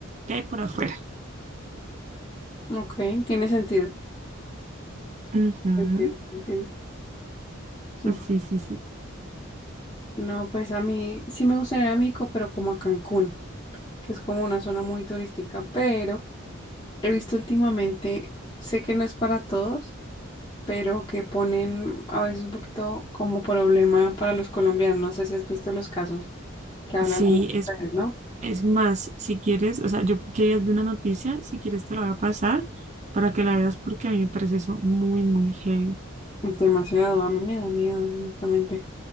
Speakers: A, on the right; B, on the left.
A: ¿qué hay por afuera?
B: Ok, tiene sentido.
A: Ujú,
B: Entiendo, entiendo. Súper.
A: Sí, sí, sí.
B: No, pues a mí sí me gustaría ir a México, pero como a Cancún, que es como una zona muy turística, pero he visto últimamente, sé que no es para todos, pero que ponen a veces un poquito como problema para los colombianos. No sé si has visto los casos que hablan
A: Sí,
B: las
A: es,
B: redes, ¿no?
A: es más, si quieres, o sea, yo quería ver una noticia, si quieres te la voy a pasar para que la veas porque a mí me parece eso muy, muy heavy.
B: Demasiado, a mí me da miedo, honestamente.